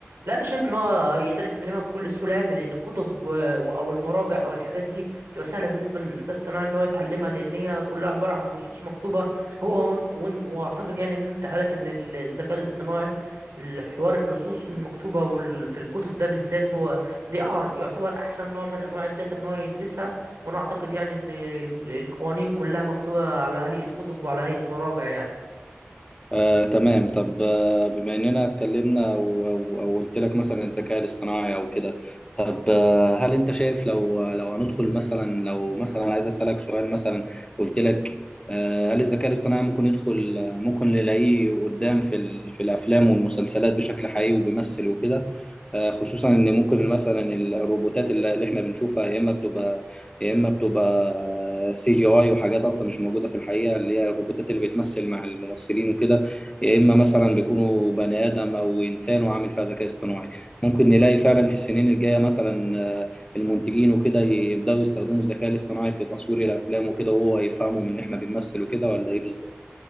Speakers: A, on the right; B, on the left.
A: لا انا شايف ان هو يقدر يتعلمها بكل سهوله يعني لان الكتب و... او المراجع او الحاجات دي بتبقى سهله بالنسبه للذكاء الاصطناعي ان هو يتعلمها لان هي كلها عباره عن نصوص مكتوبه هو وانت... وانت... واعتقد يعني ان انت عارف ان ال- الذكاء الاصطناعي الحوار النصوص المكتوبه وال... في الكتب ده بالذات هو دي أع- يعتبر احسن نوع من انواع الداتا ان هو يدرسها وانا اعتقد يعني ان ال- القوانين كلها مكتوبه على هيئه كتب وعلى هيئه مراجع يعني
B: آه، تمام طب آه، بما اننا اتكلمنا و- و- وقلت لك مثلا الذكاء الاصطناعي او كده طب آه، هل انت شايف لو لو هندخل مثلا لو مثلا عايز اسالك سؤال مثلا قلت لك آه، هل الذكاء الاصطناعي ممكن يدخل آه، ممكن نلاقيه قدام في ال- في الافلام والمسلسلات بشكل حقيقي وبيمثل وكده آه، خصوصا ان ممكن مثلا الروبوتات اللي اللي احنا بنشوفها يا اما بتبقى يا اما بتبقى آه، سي جي اي وحاجات اصلا مش موجوده في الحقيقه اللي هي الروبوتات اللي بتمثل مع الممثلين وكده يا اما مثلا بيكونوا بني ادم او انسان وعامل فيها ذكاء اصطناعي ممكن نلاقي فعلا في السنين الجايه مثلا آه، المنتجين وكده يبداوا يستخدموا الذكاء الاصطناعي في تصوير الافلام وكده وهو يفهمهم ان احنا بنمثل وكده ولا ايه بالظبط